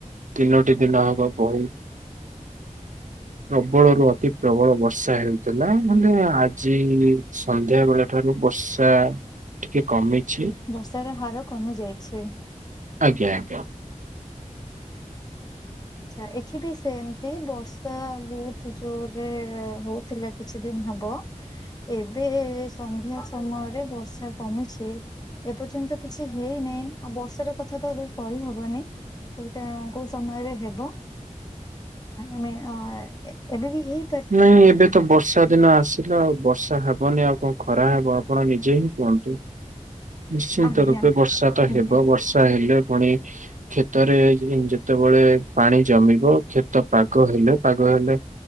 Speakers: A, on the right (about 70°); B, on the left (about 30°).
A: ତିନୋଟି ଦିନ ହବ ବହୁ ପ୍ରବଳରୁୁ ଅତି ପ୍ରବଳ ବର୍ଷା ହେଉଥିଲା ମାନେ ଆଜି ସନ୍ଧ୍ୟା ବେଳ ଠାରୁ ବର୍ଷା ଟିକେ କମିଛି।
B: ବର୍ଷାର ହାର କମି ଯାଇଛି।
A: ଆଜ୍ଞା।
B: ଆଛା ଏଠି ବି ସେମତି ବର୍ଷା ବହୁତ ଜୋରରେ ହଉ ଥିଲା କିଛି ଦିନ ହବ। ଏବେ ସନ୍ଧ୍ୟା ସମୟରେ ବର୍ଷା କମୁଛି। ଏପର୍ଯ୍ୟନ୍ତ କିଛି ହେଇନେଇ ଆଉ ବର୍ଷାର କଥା ତ ଏବେ କହିହବନି? କୋଉଟା କୋଉ ସମୟରେ ହେବ ଏମ ଏବେ ବି ହେଇ
A: ନାଇଁ ଏବେ ତ ବର୍ଷା ଦିନ ଆସିଲା ଆଉ ବର୍ଷା ହବନି ଆଉ କଣ ଖରା ହବ ଆପଣ ନିଜେ ହିଁ କୁହନ୍ତୁ? ନିଶ୍ଚିନ୍ତ
B: ଆଜ୍ଞା
A: ରୂପେ ବର୍ଷା ତ
B: ଆଜ୍ଞା
A: ହେବ ବର୍ଷା ହେଲେ ପୁଣି କ୍ଷେତରେ ଯେତେବେଳେ ପାଣି ଜମିବ କ୍ଷେତ ପାଗ ହେଲେ ପାଗ ହେଲେ।